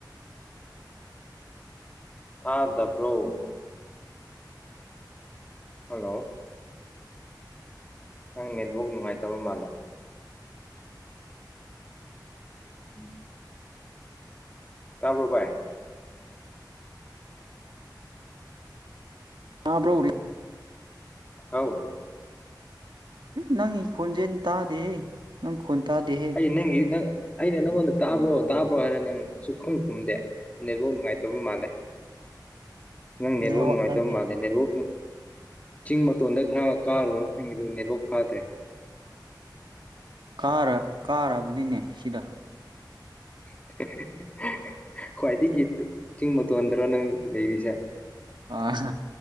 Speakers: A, on the left; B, on the right.
A: ꯐꯥꯗ ꯄ꯭ꯔꯣ ꯍꯜꯂꯣ ꯅꯪ ꯅꯦꯠꯋꯥꯛ ꯅꯨꯡꯉꯥꯏꯇꯕ ꯃꯥꯜꯂꯦ ꯎꯝ ꯇꯔꯕ ꯚꯥꯏ
B: ꯇꯕ꯭ꯔꯣ ꯎꯔꯤ
A: ꯍꯥꯎ
B: ꯅꯪꯒꯤ ꯈꯣꯟꯖꯦꯜꯅ ꯇꯥꯗꯦ ꯅꯪ ꯈꯣꯟ ꯇꯥꯗꯦꯍꯦ
A: ꯑꯩ ꯅꯪ ꯅꯪꯩꯅ ꯅꯪꯟ ꯇꯥꯕ꯭ꯔꯣ ꯇꯥꯕ꯭ꯔꯣ ꯍꯥꯏꯔ ꯅꯪ ꯁꯛꯈꯪ ꯈꯨꯝꯗꯦ ꯅꯦꯠꯐꯧ ꯅꯨꯡꯉꯥꯏꯇꯕ ꯃꯥꯜꯂꯦ ꯅꯪꯅꯤꯔꯕꯣꯅꯅꯨꯡꯉꯥꯏꯗ
B: ꯅꯦꯠꯋꯥꯛ ꯅꯪꯒꯤ
A: ꯃꯥꯜꯦꯅꯤꯕꯣ ꯆꯤꯡ ꯃꯇꯣꯟꯗ ꯈꯔ ꯀꯥꯔꯨꯔ ꯐꯪꯉ ꯑꯗꯨ ꯅꯦꯕꯨꯣꯛ ꯐꯥꯗ꯭ꯔꯦ
B: ꯀꯥꯔ ꯀꯥꯔꯕꯗꯤꯅꯦ ꯁꯤꯗ
A: <unintelligible> ꯈ꯭ꯋꯥꯏꯗꯒꯤ ꯆꯤꯡꯕꯣꯟꯗ꯭ꯔꯣ ꯅꯪ ꯂꯩꯔꯤꯁꯦ
B: ꯑꯥ